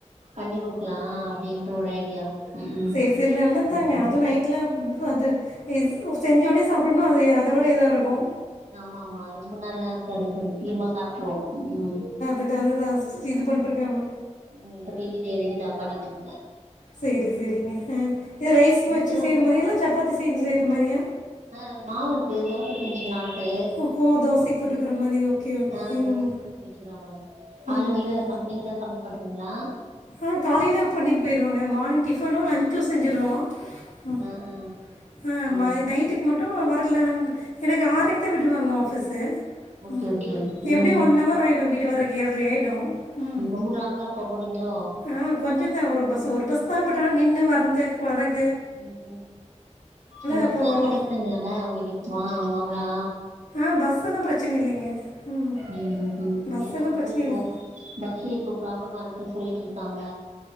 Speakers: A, on the right; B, on the left.
A: பண்ணி கொடுக்கலாம் அப்படின்ற ஒரு ஐடியா ம்
B: செரி செரி நல்லத்தாங்க
A: ம்
B: அதுவூ நைட்ல ப் அது இஸ் செஞ்சோனே சாப்பிட்டோம்னா அது அத விட இதா இருக்கோ
A: ஆமாம்மா ரொம்ப நல்லா இருக்கூ இது கொஞ்சொ சீக்கிரமா சாப்டுருவோ ம்
B: தா அதூதா இது பண்ணுட்ருக்காம
A: உ உங்க கிட்ட போசிட்டே ரெடி தா பண்ணிட் இருந்தே
B: செரி சரிங்க இஹ் இத ரைஸ்
A: ரொம்ப
B: வெச்சு
A: தூரமாப்பா
B: செய்யற மாரியா இல்ல சப்பாத்தி செஞ்சு செய்யற மாரியா
A: ஆஹ் மாவுருக்கு தோச செஞ்சுக்கலாண்ட் ட்டு
B: ஓஹோ தோசைக்கு தொட்டுக்கிற மாதிரி ஓகே ஓகே
A: ஆஹ் தோசெ
B: ம்
A: இட்லி செஞ்சுக்கிறாமேரி
B: ம்
A: ஆளு நீ தான் நீங்கதான் சமையல் பண்றீங்களா
B: ஆ காலையிலே பண்ணிட்டு போயிடுவோங்க மார்னிங் டிஃபனோ லஞ்சோ செஞ்சுடுவோ ம்
A: ஆ ஆ
B: ஆ
A: ம்
B: மை நைட்டுக்கு மட் ஓ வர்லா எனக்கு ஆரைக்கூ தா விடுவாங்க ஆஃபீசூ
A: ஓகே
B: ம்
A: ஓகே
B: எப்படி
A: ம்
B: ஒன் ஹவர் ஆயிடோ வீடு வரைக்கு ஏல்றாயிடும் ம்
A: வுர்ராங்களாப் இப்ப போறீங்களோ
B: ஆ கொஞ்சோ தா ஒரு பஸ் ஒரு பஸ் தா பட ஆனா நின்னு வந்து வரக்
A: ம் ம் பஸ்ல்லா
B: அப்போது
A: கெடைக்குதாங்களாங்க உங்களுக்கு இப்ப மா மாமுலா
B: ஆ பஸ் எல்லாம் பிரச்சனை இல்லைங்க ம்
A: ம்
B: பஸ்
A: ஏன்னா
B: எல்லாம்
A: ரொம்ப
B: பிரச்சனை
A: இப்போ
B: இல்லை
A: பஸ் இப்போ ப்ராபளமா இருக்கு சொல்லிட்டு இருக்காங்க